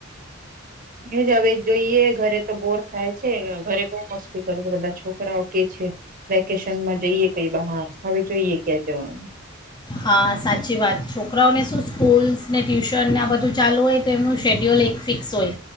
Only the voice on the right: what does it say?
<unintelligible> જોઈએ ઘરે તો બોર થાય. ઘરે બહ મસ્તી કરે છે, બધા છોકરાઓ કે છે, વેકેશનમાં જઈએ કઈ બહાર હવે જોઈએ ક્યાં જવાનું.